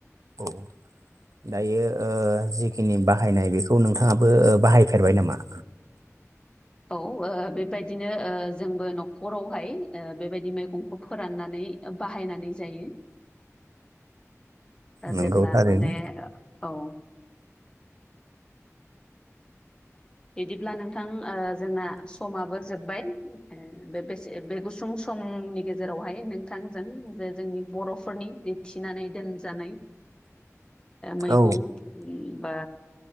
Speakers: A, on the right; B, on the left.
A: औ दायो जिखिनि बाहायनाय बेखौ नोंथाङाबो बाहायफेरबाय नामा
B: औ बेबायदिनो जोंबो न'खरावहाय बेबायदि मैगंखौ फोराननानै बाहायनानै जायो
A: नंगौ
B: जेब्ला
A: थारैनो
B: माने औ बिदिब्ला नोंथां जोंना समाबो जोब्बाय बेसे बे गुसुं समनि गेजेरावहाय नोंथांजों जे जोंनि बर'फोरनि जे थिनानै दोनजानाय मैगं
A: औ
B: बा